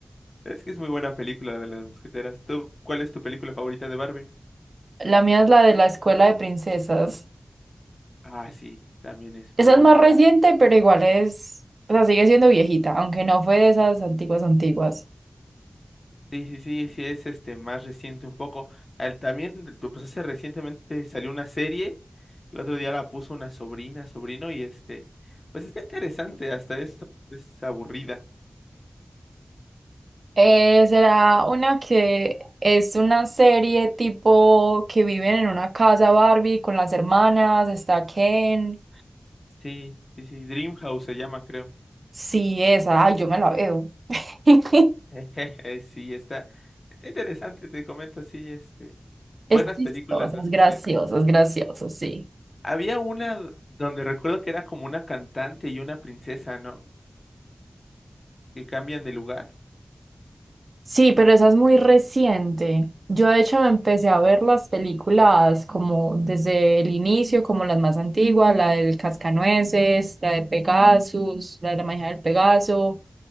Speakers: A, on the left; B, on the right.
A: Es que es muy buena película la de las mosqueteras. ¿Tú, cuál es tu película favorita de Barbie?
B: La mía es la de la escuela de princesas.
A: Ah, sí, también es
B: Esa
A: muy buena.
B: es más reciente, pero igual es, o sea, sigue siendo viejita, aunque no fue de esas antiguas antiguas.
A: Sí, sí, sí, sí, es este más reciente un poco. Al- también, tú, pues hace recientemente salió una serie. El otro día la puso una sobrina, sobrino, y este, pues está interesante, hasta eso es aburrida.
B: Eh, será una que es una serie tipo que viven en una casa Barbie con las hermanas, está Ken.
A: Sí, sí, sí, Dreamhouse se llama, creo.
B: Sí, esa, ay, yo me la veo. <laughs>
A: <laughs> Sí, está, está interesante, te comento, sí, este, buenas
B: Es chistosa,
A: películas las
B: es
A: que
B: graciosa,
A: sí
B: es graciosa, sí.
A: Había una donde recuerdo que era como una cantante y una princesa, ¿no? Que cambian de lugar.
B: Sí, pero esa es muy reciente. Yo de hecho me empecé a ver las películas como desde el inicio, como las más antiguas, la del Cascanueces, la de Pegasus, la de la magia del Pegaso,